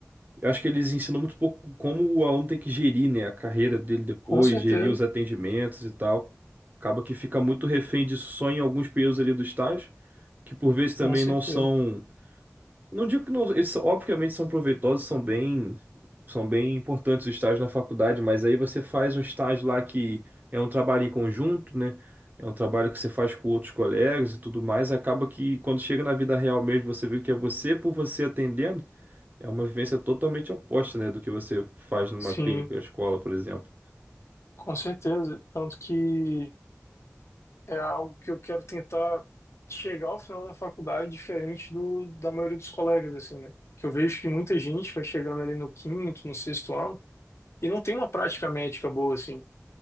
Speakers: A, on the right; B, on the left.
A: eu acho que eles ensinam muito pouco como o aluno tem que gerir, né? A carreira dele depois,
B: com certeza,
A: gerir os atendimentos e tal. Acaba que fica muito refém disso só em alguns períodos ali do estágio, que por vezes também
B: com certeza.
A: não são não digo que não, eles são- obviamente são proveitosos, são bem, são bem importantes os estágios na faculdade, mas aí você faz um estágio lá que é um trabalho em conjunto, né? É um trabalho que você faz com outros colegas e tudo mais, acaba que quando chega na vida real mesmo, você vê que é você por você atendendo, é uma vivência totalmente oposta, né, do que você faz numa
B: Sim,
A: clínica, ou escola, por exemplo.
B: com certeza. Tanto que é algo que eu quero tentar chegar ao final da faculdade diferente do, da maioria dos colegas, assim, né? Que eu vejo que muita gente vai chegando ali no quinto, no sexto ano e não tem uma prática médica boa, assim.